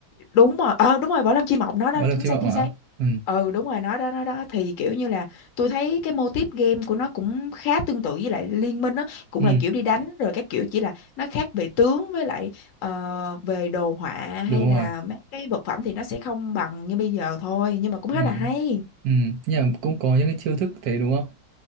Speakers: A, on the left (about 65°); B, on the right (about 65°).
A: đúng rồi ờ đúng rồi Võ Lâm Chi Mộng nó đó
B: Võ Lâm
A: chính
B: Chi
A: xác
B: Mộng
A: chính
B: hả?
A: xác
B: Ừ.
A: ừ đúng rồi nó đó nó đó thì kiểu như là tôi thấy cái mô típ game của nó cũng khá tương tự với lại Liên Minh á cũng
B: Ừ,
A: là kiểu đi đánh rồi các kiểu chỉ là nó khác về tướng với lại ờ, về đồ họa
B: đúng
A: hay là
B: rồi.
A: mấy cái vật phẩm thì nó sẽ không bằng như bây giờ thôi nhưng mà cũng
B: Ừ.
A: khá là hay
B: Ừ. Nhưng mà cũng có những cái chiêu thức thế đúng không?